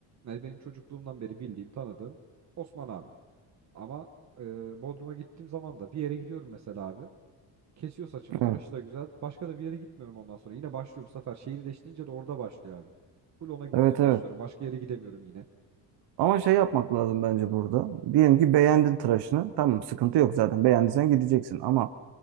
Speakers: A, on the right (about 40°); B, on the right (about 70°).
A: yani benim çocukluğumdan beri bildiğim, tanıdığım Osman abi. Ama e, Bodrum'a gittiğim zaman da bir yere gidiyorum mesela abi. Kesiyor saçımı, tıraşı
B: Evet.
A: da güzel. Başka da bir yere gitmiyorum ondan sonra. Yine başlıyor bu sefer. Şehir değiştirince de orada başlıyor abi. Full ona gitmeye
B: Evet
A: başlıyorum.
B: evet.
A: Başka yere gidemiyorum yine.
B: Ama şey yapmak lazım bence burada. Diyelim ki beğendin tıraşını. Tamam sıkıntı yok zaten. Beğendiysen gideceksin. Ama